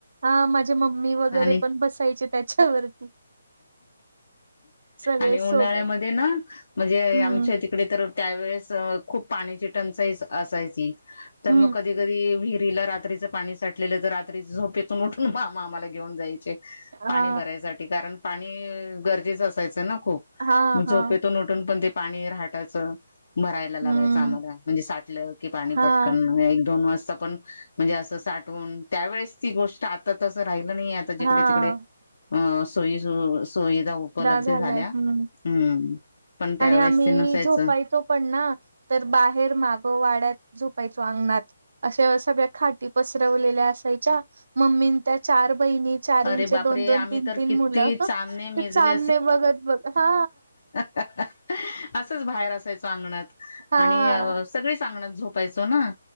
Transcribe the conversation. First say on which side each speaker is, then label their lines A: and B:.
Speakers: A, on the right; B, on the left.
A: हा माझे मम्मी वगैरे
B: आणि
A: पण बसायचे त्याच्यावरती. सगळे
B: आणि उन्हाळ्यामध्ये
A: सोबत
B: ना म्हणजे
A: हम्म
B: आमच्या तिकडे तर त्या वळेस खूप पाण्याची टंचाई असायची तर
A: हम्म
B: मग कधी कधी विहीर विहीरीला रात्रीच पाणी साठलेलं तर रात्री झोपेतून उठून मामा आम्हाला घेऊन जायचे.
A: हा
B: पाणी भरायसाठी कारण पाणी गरजेचं असायचं ना. खूप
A: हा
B: मग
A: हा
B: झोपेतून उठून पण ते पाणी रहाटाच. भरायला लागायचं
A: हम्म
B: आम्हाला म्हणजे साठलं की पाणी
A: हा
B: पटकन एक दोन वाजता पण म्हणजे असं साठून त्या वेळेसची गोष्ट आता तसं राहिलं नाही. आ जिकडे
A: हा
B: तिकडे सोय. सुविधा उपलब्ध
A: झालंय
B: झाल्या
A: हम्म
B: हम्म. पण त्यावेेळेस
A: आणि आम्ही
B: ते नसायचं
A: झोपायचं पण ना मग बाहेर मग वाड्यात. झोपायचं अंगणात सगळ्या अशा खाटी पसरून ठरवलेल्या असायच्या मम्मीने त्या चार बहिणी चारंचे
B: अरे बापरे
A: दोन दोन
B: आम्ही
A: तीन
B: तर
A: तीन
B: किती
A: मुलं ते
B: चांदणे मेजले
A: चांदणे बघत बघत हा
B: असच बाहेर असायचं अंगणात
A: हा
B: आणि सगळी अंगणात झोपायचं ना